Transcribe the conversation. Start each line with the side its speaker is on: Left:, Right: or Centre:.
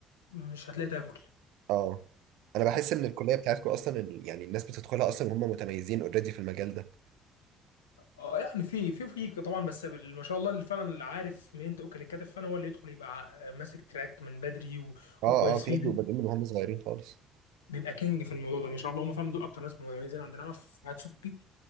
Left: مش هتلاقي تاكل
Right: اه انا بحس ان الكليه بتاعتكم اصلا ال- يعني الناس بتدخلها اصلا وهم متميزين اوريدي في المجال ده
Left: اه يعني في في في طبعا بس ما شاء الله اللي فعلا اللي عارف منين تاكل الكتف فانا هو اللي يدخل يبقى ع- ماسك تراك من بدري و-
Right: اه
Left: وكويس
Right: اه في
Left: فيه
Right: ناس بيبقوا بادئين من وهم صغيرين خالص
Left: بيبقى كينج في الموضوع ده ما شاء الله هم فعلا دول اكتر ناس مميزين عندنا أنا في واحد صاحبي